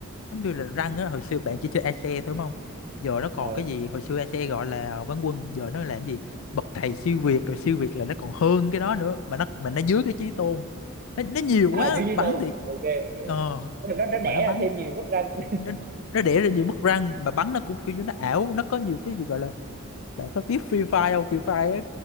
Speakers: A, on the left (about 70°); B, on the right (about 40°).
A: giống như là răng á hồi xưa bạn chỉ chơi ACE thôi đúng không giờ nó còn
B: ờ
A: cái gì hồi xưa ACE gọi là quán quân giờ nó làm gì bậc thầy siêu việt rồi siêu việt là nó còn hơn cái đó nữa mà nó mà nó dưới cái chí tôn nó, nó nhiều
B: à
A: quá
B: dưới dưới
A: bắn
B: tôi
A: thì
B: ok
A: ờ
B: ok. nó nó đẻ
A: mà nó bắn
B: ra thêm nhiều mức rank <laughs>
A: nó nó đẻ ra nhiều mất răng mà bắn nó cũng kiểu như nó ảo nó có nhiều cái gì gọi là bạn có biết Free Fire không? Free Fire á,